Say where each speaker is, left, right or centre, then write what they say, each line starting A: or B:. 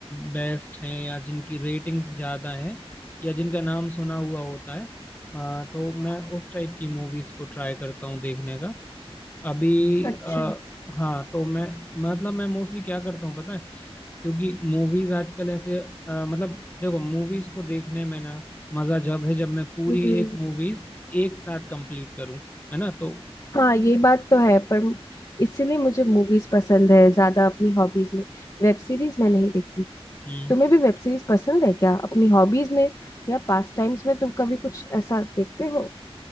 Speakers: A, on the left (about 15°); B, on the left (about 35°).
A: बेस्ट हैं या जिनकी रेटिंग्स ज़्यादा हैं या जिनका नाम सुना हुआ होता है अ, तो मैं उस टाइप की मूवीज को ट्राई करता हूँ देखने का अभी
B: अच्छा
A: अ, हाँ तो मैं मतलब मैं मोस्टली क्या करता हूँ पता है क्योंकि मूवीज आजकल ऐसे अ, मतलब देखो मूवीज को देखने में ना मज़ा जब है जब मैं पूरी
B: हम्म
A: एक मूवीज एक साथ कंप्लीट करूँ है ना तो
B: हाँ ये बात तो है पर इसीलिए मुझे मूवीज पसंद है ज्यादा अपनी हॉबीज में वेब सीरीज मैं नहीं देखती
A: हम्म
B: तुम्हें भी वेब सीरीज पसंद है क्या अपनी हॉबीज में या पास टाइम्स में तुम कभी कुछ ऐसा देखते हो